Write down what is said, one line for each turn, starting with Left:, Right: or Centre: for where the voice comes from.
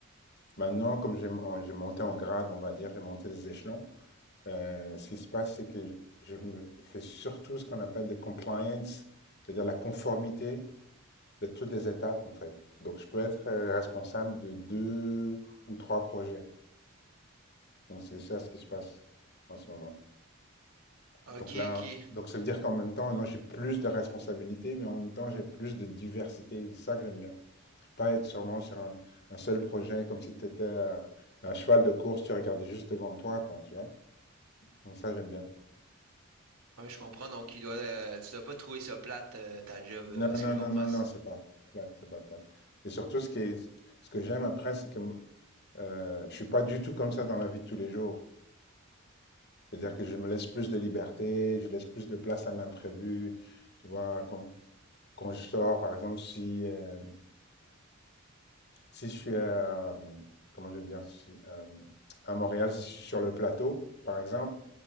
Left: Maintenant, comme j'ai mon- j'ai monté en grade, on va dire, j'ai monté des échelons, Euh, ce qui se passe, c'est que je- me fais surtout ce qu'on appelle de compliance, c'est-à-dire la conformité de toutes les étapes, en fait. Donc, je peux être euh, responsable de deux ou trois projets. Donc, c'est ça ce qui se passe en ce moment.
Right: Ok,
Left: Donc là,
Right: ok.
Left: donc ça veut dire qu'en même temps, maintenant, j'ai plus de responsabilités, mais en même temps, j'ai plus de diversité. C'est ça que j'aime bien. Pas être sûrement sur un, un seul projet, comme si tu étais un cheval de course, tu regardais juste devant toi, quoi, tu vois. Donc ça, j'aime bien.
Right: Ouais, je comprends. Donc, il doit, euh, tu dois pas trouver ça plate, euh, ta job. euh,
Left: Non,
Right: est-ce
Left: non,
Right: que je
Left: non,
Right: comprends?
Left: non,
Right: ça?
Left: non, c'est pas plate, c'est pas plate. Et surtout, ce qui est, ce que j'aime après, c'est que euh, je suis pas du tout comme ça dans la vie de tous les jours. C'est-à-dire que je me laisse plus de liberté, je laisse plus de place à l'imprévu. Tu vois, quand, quand je sors, par exemple, si, euh, si je suis à, euh, comment je veux dire, si- euh, à Montréal, si je suis sur le plateau, par exemple,